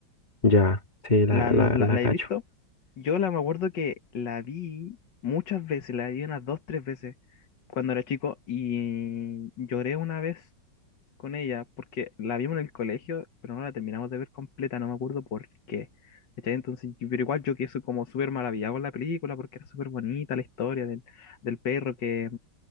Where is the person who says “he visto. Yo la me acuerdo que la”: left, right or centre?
Left